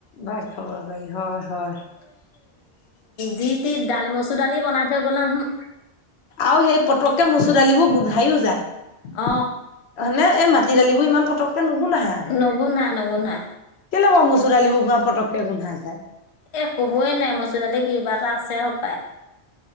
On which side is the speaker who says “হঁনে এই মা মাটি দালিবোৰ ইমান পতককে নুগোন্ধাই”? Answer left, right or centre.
Left